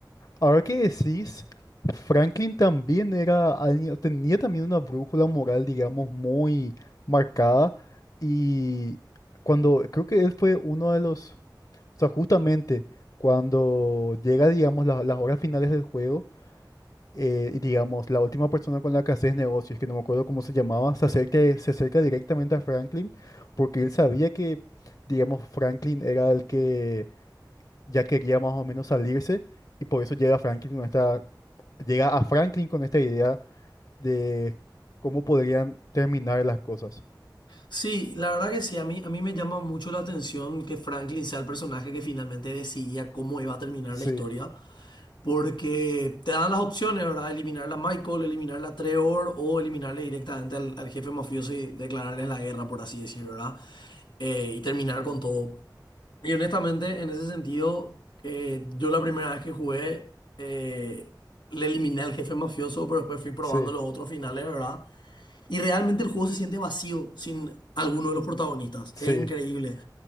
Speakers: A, on the left (about 50°); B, on the left (about 85°).
A: ahora que decís, Franklin también era alguien- tenía también una brújula moral, digamos, muy marcada y cuando creo que él fue uno de los O sea, justamente cuando llega, digamos, la- las horas finales del juego, eh, y, digamos, la última persona con la que haces negocios, que no me acuerdo cómo se llamaba, se acerca, se acerca directamente a Franklin porque él sabía que, digamos, Franklin era el que ya quería más o menos salirse y por eso llega Franklin con esta, llega a Franklin con esta idea de cómo podrían terminar las cosas.
B: Sí, la verdad que sí, a mí, a mí me llama mucho la atención que Franklin sea el personaje que finalmente decidía cómo iba a terminar
A: Sí,
B: la historia, porque te dan las opciones, ¿verdad? Eliminarla a Michael, eliminarla a Trevor o eliminarle directamente al, al jefe mafioso y declararles la guerra, por así decirlo, ¿verdad? Eh, y terminar con todo. Y honestamente, en ese sentido, eh, yo la primera vez que jugué, eh, le eliminé al jefe mafioso, pero después fui probando
A: sí,
B: los otros finales, ¿verdad? Y realmente el juego se siente vacío sin alguno de los protagonistas.
A: sí,
B: Es increíble.